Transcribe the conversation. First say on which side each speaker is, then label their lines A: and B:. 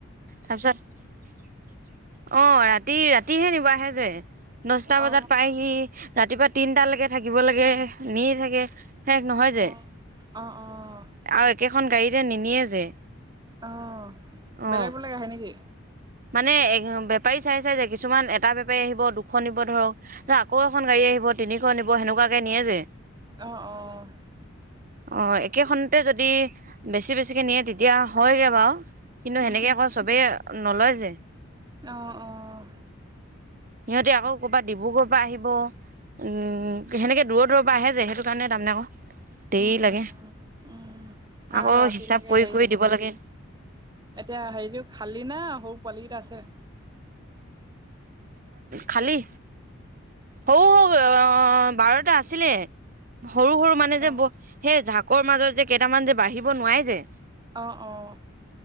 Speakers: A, on the right; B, on the right.
A: তাৰপিছত অ ৰাতি ৰাতিহে নিব আহে দচটা
B: অ
A: বজাত পাইহি ৰাতিপুৱা তিনটা লৈকে থাকিব লাগে এনেই থাকে। শেষ নহয়
B: অ অ
A: যে আৰু
B: অ
A: একেখন গাড়ীতে নিনিয়ে যে।
B: অ বেলেগ
A: অ
B: বেলেগ আহে নেকি।
A: মানে এ বেপাৰী চাই চাই যে কিছুমান এটা বেপাৰী আহিব দুখন নিব ধৰক আকৌ এখন গাড়ী আহিব। নিব তিনিশ নিব সেনেকুৱাকে নিয়ে যে।
B: অহ অহ।
A: অ', একেখনতে যদি বেছি-বেছিকে নিয়ে তেতিয়া হয়গে বাৰু। কিন্তু
B: উম
A: সেনেকে ক চবেই নলয় যে।
B: অঁ অঁ।
A: সিহঁতে আকৌ কৰ'ৰবাত ডিব্ৰুগড়ৰ পৰা আহিব। উম সেনেকে দূৰৰ দূৰৰ পৰা আহে যোয় সেইটো কাৰণে তাৰমানে আকৌ। দেৰি
B: উম
A: লাগে
B: উম উম উম সেইকাৰণে
A: আকৌ
B: ৰাতিলৈকে
A: হিচাপ কৰি
B: হেৰি
A: কৰি
B: হ'ব
A: দিব লাগে।
B: এতিয়া হেৰিটো খালি না সৰু পোৱালি কেইটা আছে।
A: খালি সৰু।
B: অ',
A: সৰু বাৰটা আছিলে সৰু সৰু মানে
B: অ',
A: যে ব সেই ঝা। <unintelligible> কৰ মাজত যে কেইটামান যে বাঢ়িব নোৱাৰে যে।
B: অ অ।